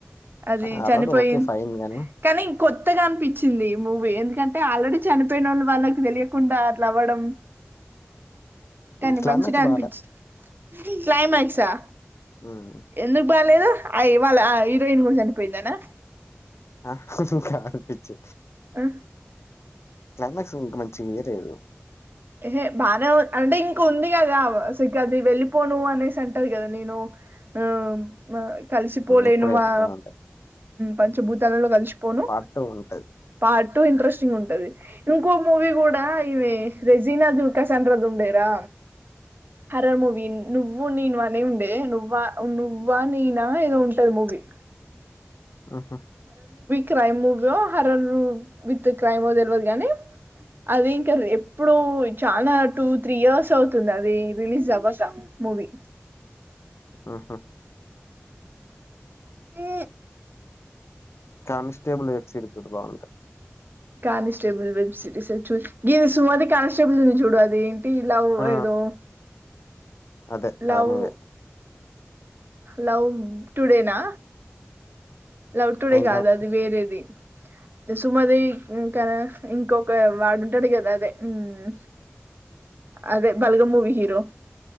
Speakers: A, on the right; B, on the left.
A: అది
B: హర్రర్
A: చనిపోయిం
B: ఓకే ఫైన్ గాని
A: కానీ కొత్తగా అనిపించింది ఈ మూవీ ఎందుకంటే ఆల్రెడీ చనిపోయిన వాళ్ళు వాళ్ళకి తెలియ కుండా అట్లా అవడం కానీ
B: క్లైమాక్స్
A: మంచిగా అనిపించి
B: బాలే
A: క్లైమాక్సా
B: ఉమ్,
A: ఎందుకు బాలేదు అ ఇవాళ హిరోయిన్ కూడా చనిపోయిందనా
B: ఆకా అనిపించి
A: ఆ
B: క్లైమాక్స్ ఇంకా మంచిగియలేదు
A: ఏహ బానే అంటే ఇంక ఉంది కదా సిఖది వెళ్ళిపోను అనేసి అంటది కదా నేను ఆ కలిసిపోలేను
B: ఇప్పుడే చెప్పుకొని
A: ఆ
B: ఉంటాయి
A: పంచభూతాలలో కలిసిపోను
B: ఆఫ్ టూల్
A: పార్ట్ టూ ఇంట్రెస్టింగ్ ఉంటది ఇంకో మూవీ కూడా ఈమె రెజీనా దుర్కా సంటద ఉండేరా హరర్ మూవీ నువ్వు నీను అనే ఉండే నువ్వా నువ్వా నేనా ఏదో ఉంటది మూవీ వి
B: ఆహా
A: క్రైమ్ మూవీ ఓ హారర్ ము విత్ క్రైమ్ తెల్వదు కానీ అది ఇంకా ఎప్పుడ చాలా టూ త్రీ ఇయర్స్ అవుతుంది అది రిలీజ్ అవ్వక మూవీ
B: ఆహా
A: ఏ
B: కమిస్టబిల్ ఎక్స్ రిపిడు బాగుంటది
A: కానిస్టేబుల్ వెబ్ సిరీస్ చూ గిది సోది కానిస్టేబుల్ని చూడు అది టు లవ్
B: ఆ
A: ఏదో
B: అదే
A: లవ్
B: అ మూవే
A: లవ్ టుడేనా లవ్ టుడే
B: ఏంట్లో
A: కాదు
B: ఒకటి
A: అది వేరేది కుసుమది ఇంకా ఇంకొక వాడుంటాడు కదా అదే మ్ అదే బలగం మూవి హీరో